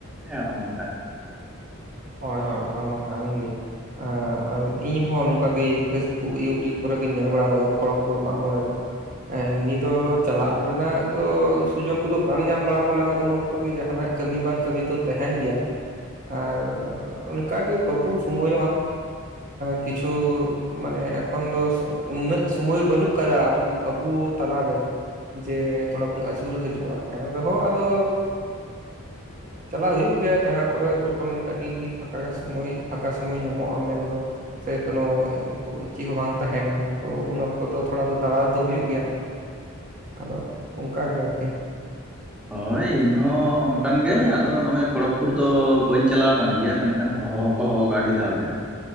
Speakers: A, in the centre; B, on the right.
A: ᱦᱮᱸ ᱱᱚᱝᱠᱟ᱾
B: ᱦᱳᱭ ᱦᱳᱭ ᱚᱱᱟ ᱢᱟ ᱠᱟᱱ ᱜᱮ ᱾ ᱟᱨ ᱤᱧᱦᱚᱸ ᱱᱚᱝᱠᱟᱜᱮ ᱯᱷᱮᱥᱵᱩᱠ ᱤᱭᱩᱴᱩᱵᱽ ᱠᱚᱨᱮ ᱜᱤᱧ ᱧᱮᱞ ᱵᱟᱲᱟ ᱟᱠᱟᱫᱟ ᱠᱷᱚᱲᱚᱜᱽᱯᱩᱨ ᱢᱟᱜ ᱢᱚᱬᱮ ᱫᱚ᱾ ᱮᱢᱱᱤ ᱫᱚ ᱪᱟᱞᱟᱜ ᱨᱮᱱᱟᱜ ᱫᱚ ᱥᱩᱡᱳᱜ ᱠᱚᱫᱚ ᱵᱟᱝ ᱧᱟᱢ ᱵᱟᱲᱟ ᱠᱟᱱᱟ ᱩᱱ ᱚᱠᱛᱚ᱾ ᱛᱚᱵᱮ ᱡᱟᱦᱟᱱᱟᱜ ᱠᱟᱹᱢᱤ ᱵᱟᱝ ᱠᱟᱹᱢᱤ ᱫᱚ ᱛᱟᱦᱮᱱ ᱜᱮᱭᱟ ᱟᱨ ᱚᱱᱠᱟᱜᱮ ᱵᱟᱵᱚ ᱥᱚᱢᱚᱭᱚᱜᱼᱟ ᱠᱤᱪᱷᱩ ᱢᱟᱱᱮ ᱮᱠᱷᱚᱱ ᱫᱚ ᱩᱱᱟᱹᱜ ᱥᱩᱢᱚᱭ ᱵᱟᱹᱱᱩᱜ ᱟᱠᱟᱫᱟ ᱟᱵᱚ ᱛᱟᱞᱟᱨᱮ ᱡᱮ ᱛᱷᱚᱲᱟ ᱵᱚᱱ ᱟᱹᱪᱩᱨ ᱦᱤᱡᱩᱜᱼᱟ, ᱮᱱ ᱨᱮᱦᱚᱸ ᱟᱫᱚ ᱪᱟᱞᱟᱣ ᱦᱩᱭᱩᱜ ᱜᱮᱭᱟ ᱡᱟᱦᱟᱸ ᱠᱚᱨᱮ ᱡᱚᱠᱷᱚᱱ ᱟᱹᱰᱤ ᱯᱷᱟᱸᱠᱟ ᱥᱚᱢᱚᱭ ᱯᱷᱟᱸᱠᱟ ᱥᱚᱢᱚᱭ ᱧᱟᱢᱚᱜᱼᱟ ᱢᱮᱱᱫᱚ ᱥᱮ ᱠᱳᱚᱱᱚ ᱪᱮᱫ ᱦᱚᱸ ᱵᱟᱝ ᱛᱟᱦᱮᱱᱟ ᱛᱚ ᱩᱱ ᱚᱠᱛᱚ ᱫᱚ ᱛᱷᱚᱲᱟ ᱫᱚ ᱫᱟᱲᱟ ᱫᱚ ᱦᱩᱭᱩᱜᱭ ᱜᱮᱭᱟ
A: <inaudible>
B: ᱾ ᱟᱫᱚ ᱚᱱᱠᱟ ᱜᱮ ᱟᱨᱠᱤ
A: ᱦᱳᱭ ᱤᱧ ᱦᱚᱸ ᱚᱱᱠᱟᱱ ᱜᱮ ᱟᱫᱚ ᱱᱚᱜᱼᱚᱭ ᱠᱷᱚᱲᱚᱜᱽᱯᱩᱨ ᱫᱚ ᱵᱟᱹᱧ ᱪᱟᱞᱟᱣ ᱟᱠᱟᱱ ᱜᱮᱭᱟ ᱢᱮᱱᱟᱱ ᱾ ᱦᱚᱦᱚ ᱠᱚ ᱦᱚᱦᱚ ᱟᱰᱤ ᱫᱷᱟᱣ ᱜᱮ